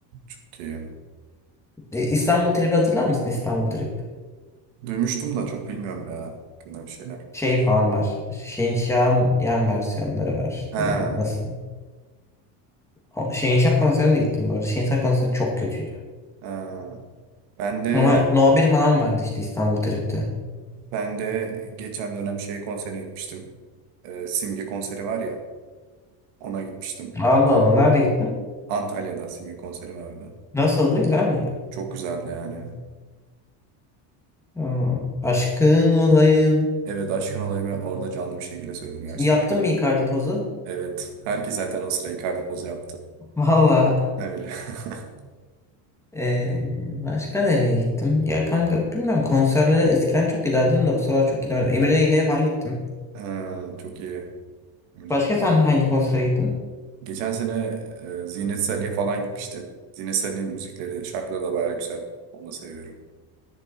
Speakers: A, on the right; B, in the centre.
A: Çok iyi.
B: E, İstanbul Trip'i hatırlar mısın? İstanbul Trip.
A: Duymuştum da çok bilmiyorum ya hakkında bir şeyler.
B: Şey falan var. Şehinşah'ın yan versiyonları var
A: Ha,
B: diyeyim. Nasıl? O- Şehinşah konserine de gittim bu arada. Şehinşah konseri çok kötüydü.
A: ha. Ben de
B: Ama No bir falan vardı işte İstanbul Trip'te.
A: ben de geçen dönem şey konserine gitmiştim. Ee, Simge konseri var ya ona gitmiştim.
B: Allah Allah nerede gittin?
A: Antalya'da Simge konseri vardı.
B: Nasıldı? Güzel miydi?
A: Çok güzeldi yani.
B: Aa, aşkın olayım.
A: Evet aşkın olayımı orada canlı bir şekilde söyledim gerçekten.
B: Yaptın mı Icardi pozu?
A: Evet. Herkes zaten o sıra Icardi pozu yaptı.
B: Valla.
A: Öyle. <laughs>
B: Ee, başka nereye gittim? Ya kanka bilmiyorum konserlere eskiden çok giderdim de bu sıralar çok gidemedim. Emre ile falan gittim.
A: Ha, çok iyi. Müjdenim.
B: Başka sen hangi konsere gittin?
A: Geçen sene e, Zinet Salih'e falan gitmiştim. Zinet Salih'in müzikleri, şarkıları da bayağı güzel. Onu da seviyorum.